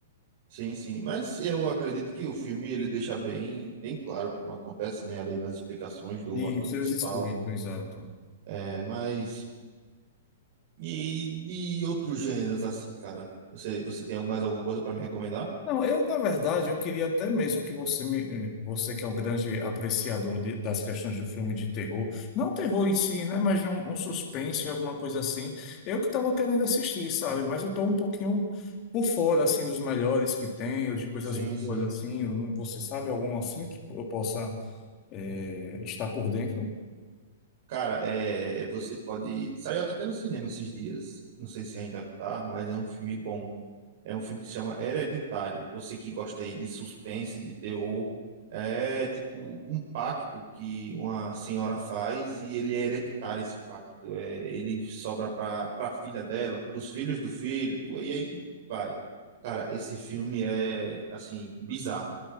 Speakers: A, on the right; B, on the left.
A: Sim, sim, mas eu acredito que o filme ele deixa bem, bem claro como acontece, né, ali nas explicações do
B: E
A: ator
B: isso
A: principal.
B: eles explicam, exato.
A: É, mas e de outros gêneros assim, cara? Você você tem mais alguma coisa para me recomendar?
B: Não, eu, na verdade, eu queria até mesmo que você me, eh, você que é um grande apreciador de- das questões de filme de terror, não terror em si, né, mas de um, um suspense, alguma coisa assim. Eu que estava querendo assistir, sabe? Mas eu estou um pouquinho por fora, assim, dos melhores que tem, ou de coisas
A: Sim,
B: boas,
A: sim.
B: assim. Eu não- Você sabe algum assim que eu possa, eh, estar por dentro?
A: Cara, é, você pode saiu até no cinema esses dias. Não sei se ainda tá, mas é um filme bom. É um filme que se chama Hereditário. Você que gosta aí de suspense, de terror, é tipo um pacto que uma senhora faz e ele é hereditário esse pacto. É, ele sobra para para filha dela, para os filhos do filho, pro- e aí vai. Cara, esse filme é assim bizarro,